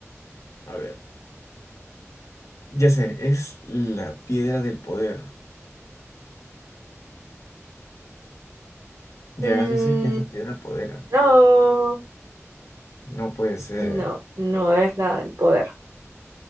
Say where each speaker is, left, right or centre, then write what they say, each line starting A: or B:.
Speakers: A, on the left; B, on the right.
A: a ver. Ya sé, es la piedra del poder. Ya,
B: Mm,
A: ya sé que es la piedra del poder.
B: no,
A: No puede ser.
B: no, no es la del poder.